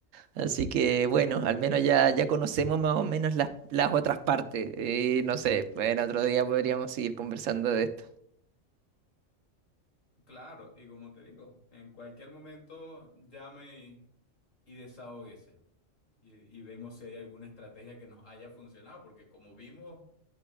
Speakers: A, on the right (about 80°); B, on the left (about 80°).
A: Así que bueno, al menos ya, ya conocemos más
B: Sí.
A: o menos las, las otras partes. Y no sé, pues en otro día podríamos seguir conversando de esto.
B: Claro, y como te digo, en cualquier momento llame y, y desahóguese y, y vemos si hay alguna estrategia que nos haya funcionado, porque como vimos,